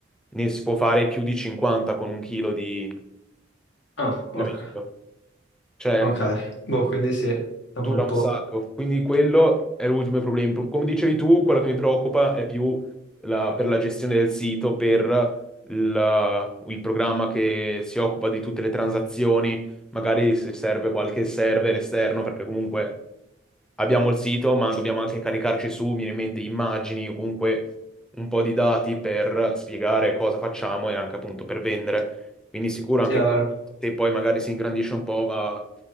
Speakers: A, in the centre; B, on the left.
A: ne si può fare più di 50 con un chilo di
B: Ah,
A: filamento.
B: orca.
A: Cioè,
B: Ok, boh, quindi sì, è
A: Dura
B: un bel
A: un
B: po'.
A: sacco, quindi quello è l'ultimo problema. Come dicevi tu, quello che mi preoccupa è più la- per la gestione del sito, per la- il programma che si occupa di tutte le transazioni, magari se serve qualche server esterno, perché comunque abbiamo il sito, ma dobbiamo anche caricarci su, mi viene in mente, immagini o comunque un po' di dati per spiegare cosa facciamo e anche appunto per vendere. Quindi sicuro anche
B: Chiaro.
A: questo, se poi magari si ingrandisce un po', va,